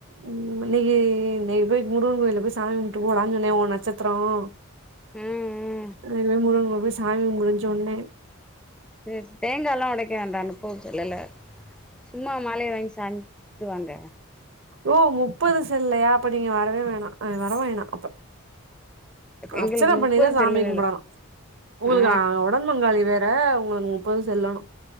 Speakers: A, on the right (about 60°); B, in the centre.
A: உம் இன்னைக்கு இன்னைக்கு போய் முருகன் கோயில போய் சாமி மட்டு போலாங்கன்னே உன் நட்சத்திரம்
B: ம் ம்
A: இவே முருங்க சாமி முடிஞ்ச உனே
B: சரி தேங்காய் எல்லா உடைக்க வேண்டற நுப்பது செல்லல சும்மா மாலை வாங்கி சாமி கும்பிட்டு வாங்க
A: ஓ முப்பது செல்ல இல்லையா அப்ப நீங்க வரவே வேணாம் வரவோயணாம் அப்ப
B: எங்களுக்கு
A: அர்ச்சன பண்ணிதா
B: முப்பது
A: சாமி
B: செல்லல
A: கும்பிடணும் உங்களுக்கு
B: ஆ
A: உடன் பங்காளி வேற ஹ்ம்ம் உங்களுக்கு முப்பது செல்லணும்